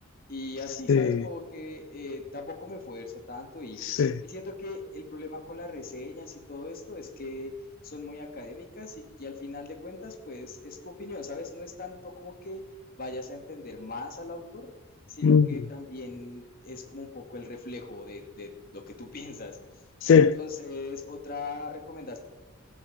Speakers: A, on the left (about 40°); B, on the left (about 60°).
A: y
B: sí,
A: así, ¿sabes? Como que eh, tampoco me esfuerzo tanto y,
B: sí,
A: y siento que el problema con las reseñas y todo esto es que son muy académicas y, y al final de cuentas, pues es tu opinión, ¿sabes? No es tanto como que vayas a entender más al autor, sino
B: mm,
A: que también es como un poco el reflejo de, de lo que tú <laughs> piensas.
B: sí.
A: Entonces, otra recomendación